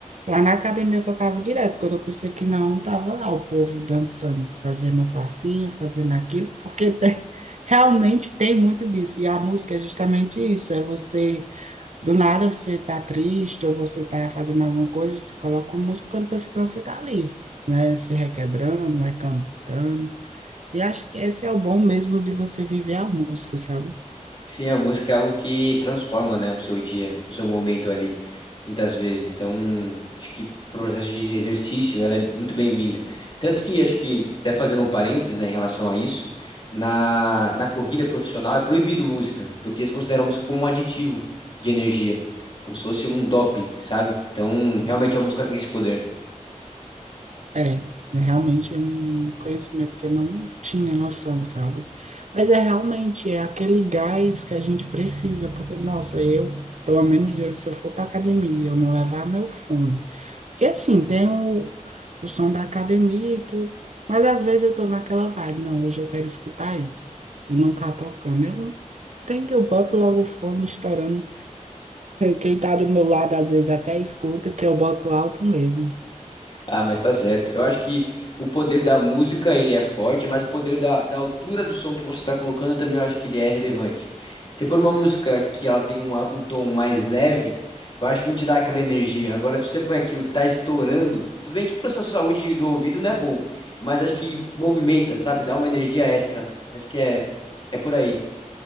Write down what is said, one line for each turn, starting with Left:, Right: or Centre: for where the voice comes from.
Right: lá na academia eu tocava direto, quando eu pensei que não, tava lá o povo dançando, fazendo um passinho, fazendo aquilo, porque tem- <laughs> realmente tem muito disso. E a música é justamente isso: é você, do nada você tá triste, ou você tá fazendo alguma coisa, você coloca uma música quando pensa que você tá ali, né? Se requebrando, vai cantando. E acho que esse é o bom mesmo de você viver a música, sabe?
Left: Sim, a música é algo que transforma, né, o seu dia, o seu momento ali, muitas vezes. Então, acho que pro processo de exercício, ela é muito bem-vinda. Tanto que, acho que, até fazendo um parênteses, né, em relação a isso, na, na corrida profissional é proibido música, porque eles consideram a música como um aditivo de energia, como se fosse um doping, sabe? Então, realmente a música tem esse poder.
Right: É, realmente é um conhecimento que eu não tinha noção, sabe? Mas é realmente é aquele gás que a gente precisa, porque, nossa, eu, pelo menos eu, se eu for para academia, eu não levar meu fone. Porque assim, tem o, o som da academia e tudo, mas às vezes eu tô naquela vibe, não, hoje eu quero escutar isso, e não tá tocando. Eu, tem que eu boto logo o fone estourando Quem tá do meu lado às vezes até escuta que eu boto alto mesmo.
Left: Ah, mas tá certo. Eu acho que o poder da música, ele é forte, mas o poder da, da altura do som que você tá colocando também eu acho que ele é relevante. Se pôr uma música que ela tem uma- um tom mais leve, eu acho que não te dá aquela energia. Agora, se você põe aquilo que tá estourando, tudo bem que para sua saúde do ouvido não é bom, mas acho que movimenta, sabe? Dá uma energia extra. Acho que é, é por aí.